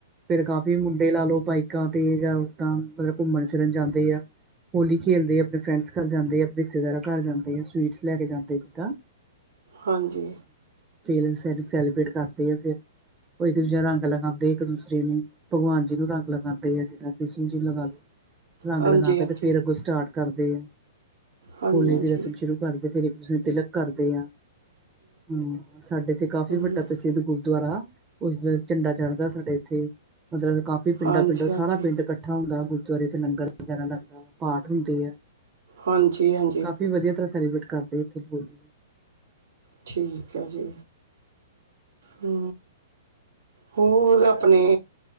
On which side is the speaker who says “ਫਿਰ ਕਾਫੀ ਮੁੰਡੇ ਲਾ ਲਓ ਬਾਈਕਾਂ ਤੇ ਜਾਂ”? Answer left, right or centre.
Right